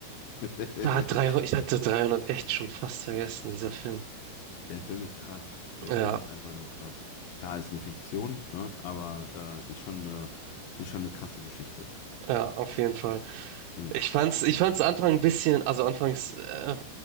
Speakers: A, on the left (about 85°); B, on the right (about 80°).
A: <laughs> Der
B: Da 300. ich hatte 300 echt schon fast vergessen, dieser Film.
A: Film ist krass. Der
B: Ja,
A: Film ist einfach nur krass. Klar, ist eine Fiktion, ne? Aber äh, ist schon eine, ist schon eine krasse Geschichte.
B: ja, auf jeden Fall.
A: Mhm.
B: Ich fand's, ich fand's Anfang ein bisschen, also anfangs, äh,